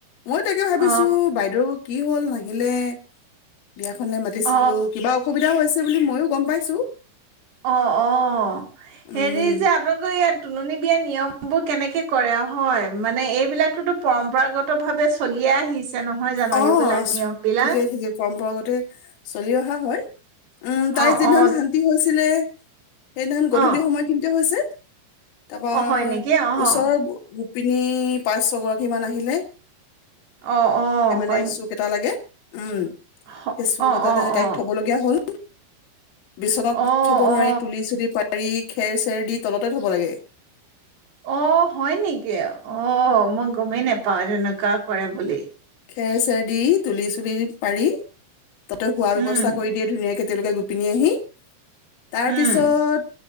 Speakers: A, on the left (about 75°); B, on the right (about 55°).
A: মই তাকে ভাবিছো
B: অ
A: বাইদেউ কি হ'ল নাহ হিলে। বিয়াখনলৈ মাতিছিলো
B: অ
A: কিবা অসুবিধাহৈছে হেবুলি মইয়ো গম পাইছো।
B: অ', অ',
A: উম
B: হেৰি যে আপোনালোকৰ ইয়াত তুলনী বিয়া নিয়ম বোৰ কেনেকে কৰে হয় মানে এইবিলাকতোতো পৰম্পৰাগত ভাৱে চলিয়ে আহিছে নহয় জানো
A: অ',
B: এইবিলাক নিয়ম বিলাক
A: ঠিকেই ঠিকেই পৰম্পৰাগতে চলি অহা হয়, উম তাই
B: অ
A: যিদিনা
B: অ
A: শান্তি হ'ল ছিলে সেইদিনাখন
B: অ
A: গধূলি সময়খিনিতে হৈছে। তাপাৰ
B: অ হয় নেকি
A: ওচৰৰ
B: অ
A: গো গো পিনী পাঁচ ছগৰাকীমান আহিলে।
B: অ', হয়
A: নে
B: অ'।
A: চো কেটালাই কে উম।
B: হ-
A: সেইচুক
B: অ
A: এটাতে
B: অ
A: তাইক
B: অ
A: থব লগীয়া হ'ল। বিচনাত
B: অ
A: থব
B: অ
A: নোৱাৰি তুলি চুলি পা ৰি খেৰ চেৰ দি তলতে থব লাগে।
B: অ' হয় নেকি অ', মই গমেই নেপাও তেনেকুৱা কৰে বুলি।
A: খেৰ চেৰ দি তুলি চুলি পাৰি। তাতে শোৱা
B: উম
A: ব্যৱস্থা কৰি দিয়ে ধুনীয়াকে। তেওলোকে গোপিনী আহি তাৰ
B: উম
A: পিছত